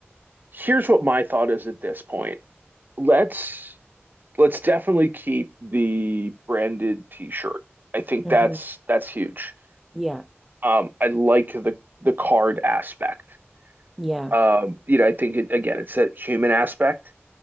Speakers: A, on the right; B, in the centre.
A: here's what my thought is at this point. Let's let's definitely keep the branded t-shirt. I think
B: hmm
A: that's that's huge.
B: Yeah.
A: Um, I like the the card aspect.
B: Yeah.
A: Um, you know, I think it, again, it's that human aspect.